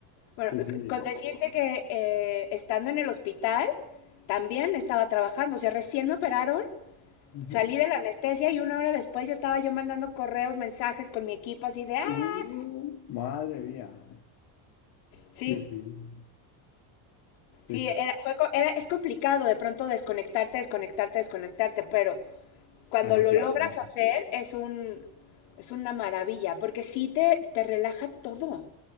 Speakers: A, on the left; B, on the left.
A: Bueno,
B: Sí, sí.
A: con decirte que eh, estando en el hospital, también estaba trabajando, o sea, recién me operaron,
B: Ujú.
A: salí de la anestesia y una hora después ya estaba yo mandando correos, mensajes con mi equipo así de, ah,
B: Uh, madre mía.
A: sí,
B: Sí, sí.
A: sí,
B: Sí, sí.
A: era, fue, co- era, es complicado de pronto desconectarte, desconectarte, desconectarte, pero cuando
B: Ah, no,
A: lo
B: claro.
A: logras hacer es un, es una maravilla, porque sí te, te relaja todo.